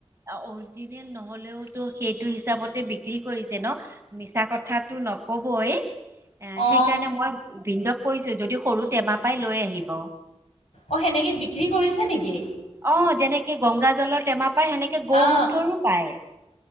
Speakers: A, on the right; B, on the left.
A: অৰিজিনেল নহলেও টো সেইটো হিচাপতে বিক্ৰী কৰিছে ন। মিছা কথাটো নকবই এ
B: অ
A: সেইকাৰণে মই ভিন্দক কৈছোঁৱে যদি সৰু টেমা পাই লৈ আহিব।
B: অ সেনেকে বিক্ৰী কৰিছে নেকি।
A: অ যেনেকে গংগা জলৰ টেমা পায়। সেনেকে গৌ
B: অ
A: মূত্ৰৰো পায়।